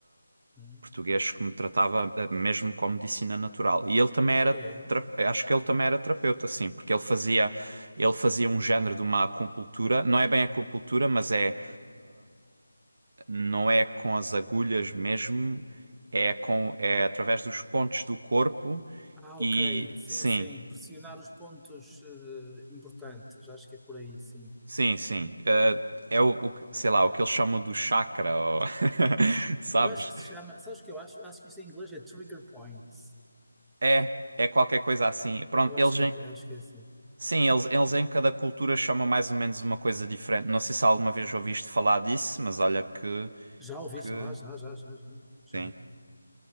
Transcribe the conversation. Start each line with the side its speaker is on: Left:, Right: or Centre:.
Centre: Hum.
Right: português que me tratava eh, mesmo com medicina natural. E ele também era,
Centre: Ah, é?
Right: tra- acho que ele também era terapeuta, sim, porque ele fazia, ele fazia um género de uma acupuntura, não é bem acupuntura, mas é, não é com as agulhas mesmo, é com, é através dos pontos do corpo
Centre: Ah,
Right: e
Centre: ok. Sim,
Right: sim,
Centre: sim. Pressionar os pontos eh, importantes. Acho que é por aí, sim.
Right: sim, sim. eh, é o, o, que- sei lá, o que eles chamam do chakra, ou- <laughs> sabes?
Centre: Eu acho que se chama. Sabes o que eu acho? Acho que isto em inglês é trigger points.
Right: É, é qualquer coisa assim. Pronto,
Centre: Eu acho
Right: eles,
Centre: que é, acho que é assim.
Right: Sim, eles, eles em cada cultura chamam mais ou menos uma coisa diferente. Não sei se alguma vez ouviste falar disso, mas olha que,
Centre: Já ouviste?
Right: que...
Centre: Já, já, já, já, já. Já.
Right: Sim,